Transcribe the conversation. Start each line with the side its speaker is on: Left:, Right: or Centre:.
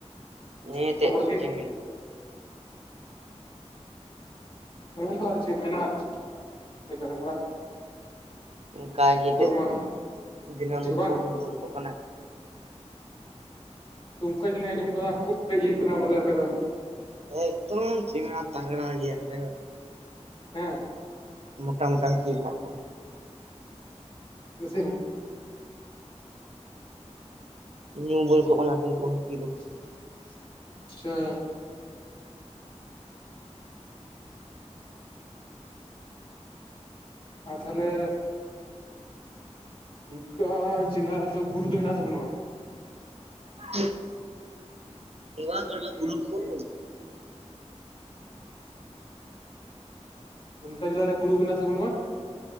Right: ᱦᱮᱸ
Left: ᱡᱚᱛᱚ
Right: ᱛᱮᱫ
Left: ᱦᱚᱲ
Right: ᱪᱮᱫ
Left: ᱜᱮ
Right: ᱮᱢ ᱢᱮᱱᱟ,
Left: ᱩᱱ ᱫᱚ ᱟᱨ ᱪᱮᱫ ᱮᱢ ᱢᱮᱱᱟ <unintelligible>
Right: ᱚᱱᱠᱟ ᱜᱮ
Left: ᱠᱷᱚᱵᱚᱨ
Right: ᱮᱱᱛᱮᱜ
Left: ᱢᱟ
Right: ᱫᱤᱱᱟᱹᱢ
Left: ᱡᱮ ᱵᱟᱝ
Right: ᱠᱚ ᱧᱩ ᱵᱩᱞ ᱠᱚᱜ ᱠᱟᱱᱟ,
Left: ᱫᱩᱢᱠᱟᱹ ᱡᱮᱞᱟ ᱟᱸᱡᱚᱢ ᱠᱷᱩᱵ ᱤᱭᱟᱹᱜ ᱠᱟᱱᱟ ᱵᱚᱞᱮ ᱟᱯᱮ ᱫᱚ,
Right: ᱮᱠᱫᱚᱢ ᱪᱤᱢᱲᱟ ᱛᱟᱜᱲᱟ ᱜᱮᱭᱟ ᱟᱫᱚ,
Left: ᱦᱮᱸ,
Right: ᱢᱚᱴᱟ ᱢᱚᱴᱟ ᱦᱟᱹᱛᱤ ᱦᱮᱱᱟᱜ ᱠᱚᱣᱟ ᱾
Left: <unintelligible>
Right: ᱧᱩ ᱵᱳᱚᱞ ᱠᱚ ᱠᱟᱱᱟ ᱠᱚ ᱩᱱᱠᱩ ᱦᱟᱹᱛᱤ ᱫᱚ᱾
Left: <unintelligible> ᱟᱨ ᱛᱟᱦᱚᱞᱮ ᱚᱱᱠᱟ ᱡᱮᱞᱟ ᱨᱮᱫᱚ ᱵᱩᱨᱩ ᱫᱚ ᱦᱮᱱᱟ ᱟᱥᱮ ᱵᱟᱹᱱᱩᱜ-ᱟ?
Right: <unintelligible> ᱦᱮᱣᱟ ᱦᱚᱲ ᱫᱚ <inaudible>
Left: ᱫᱩᱢᱠᱟ ᱡᱮᱞᱟ ᱨᱮ ᱵᱩᱨᱩ ᱢᱮᱱᱟᱜ ᱟᱥᱮ ᱵᱟᱹᱱᱩᱜ-ᱟ?